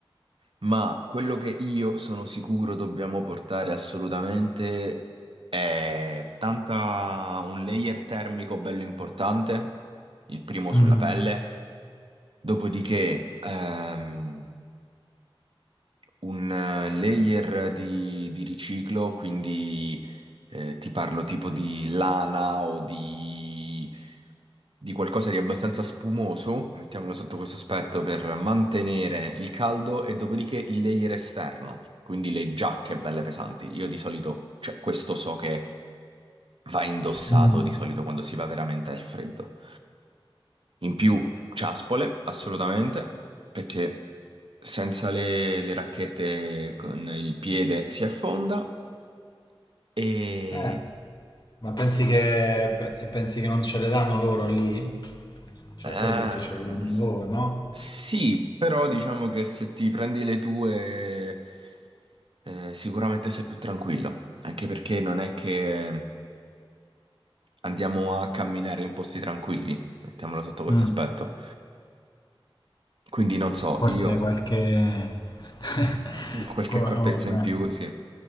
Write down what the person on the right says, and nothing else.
Ma quello che io sono sicuro dobbiamo portare assolutamente è tanta un layer termico bello importante, il primo sulla
pelle, dopodiché ehm, un eh, layer di, di riciclo, quindi eh, ti parlo tipo di lana o di, di qualcosa di abbastanza spumoso, mettiamolo sotto questo aspetto, per mantenere il caldo e dopodiché il layer esterno, quindi le giacche belle pesanti. Io di solito, cioè questo so che va indossato
di solito quando si va veramente al freddo. In più, ciaspole, assolutamente, perché senza le, le racchette con il piede si affonda e...
ehm,
sì, però diciamo che se ti prendi le tue eh, sicuramente sei più tranquillo, anche perché non è che andiamo a camminare in posti tranquilli, mettiamolo sotto questo
aspetto. Quindi non so,
io...
<laughs> Qualche
accortezza
in più, sì.